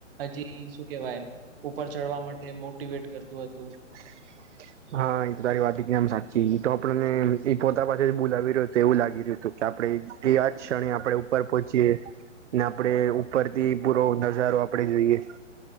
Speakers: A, on the right (about 45°); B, on the right (about 65°).
A: હજી શું કેવાય ઉપર ચડવા માટે મોટીવેટ કરતું હતું.
B: <inaudible> હા એ તો તારી વાત એકદમ સાચી તો આપણને એ પોતા પાસે બોલાવી રહ્યો હોય એવું લાગી રહ્યું હતું. આપણેે તેવા જ ક્ષણે આપડે ઉપર પહોંચીએ ને આપડે ઉપર. તે પૂરો નજારો આપણેે જોઈએ.